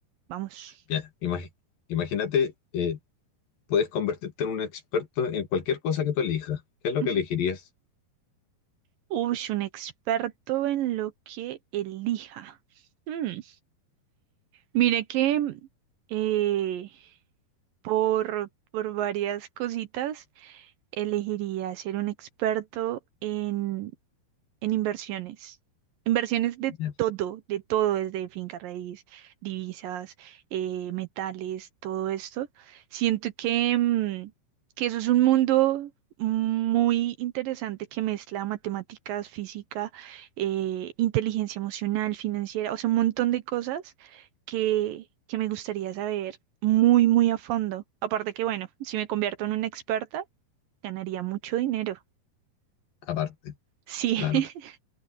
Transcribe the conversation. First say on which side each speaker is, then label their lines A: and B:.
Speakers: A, on the right; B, on the left.
A: Vamos.
B: Ya, imagi- imagínate, eh, puedes convertirte en un experto en cualquier cosa que tú elijas. ¿Qué es lo
A: Ujú.
B: que elegirías?
A: <laughs> Uy, un experto en lo que elija. Mm, Mire que eh, por, por varias cositas. elegiría ser un experto en, en inversiones. Inversiones de
B: Ya,
A: todo, de todo, desde finca raíz, divisas, eh, metales, todo esto. Siento que, mm, que eso es un mundo muy interesante que mezcla matemáticas, física, eh, inteligencia emocional, financiera, o sea, un montón de cosas que, que me gustaría saber muy, muy a fondo. Aparte que, bueno, si me convierto en una experta, Ganaría mucho dinero.
B: aparte,
A: Sí.
B: claro,
A: <laughs>